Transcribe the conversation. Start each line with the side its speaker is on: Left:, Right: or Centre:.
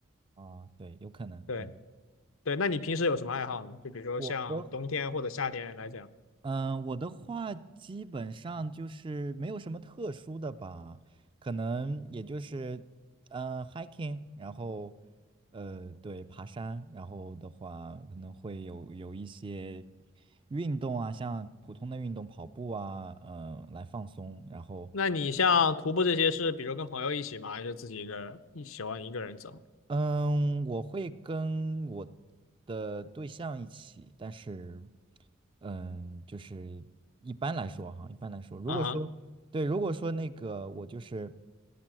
Right: 啊，对，有可能，
Left: 对
Right: 嗯，
Left: 对，那你平时有什么爱好呢？就比如说像冬天或者夏天来讲。
Right: 我的。嗯，我的话基本上就是没有什么特殊的吧，可能也就是，呃，hiking，然后，呃，对，爬山，然后的话可能会有有一些运动啊，像普通的运动，跑步啊，嗯、来放松，然后
Left: 那你像徒步这些是，比如跟朋友一起吗？还是自己一个人？你喜欢一个人走？
Right: 嗯，我会跟我的对象一起，但是，嗯，就是一般来说哈，一般来说，如果说对，
Left: 啊哈
Right: 如果说那个我就是，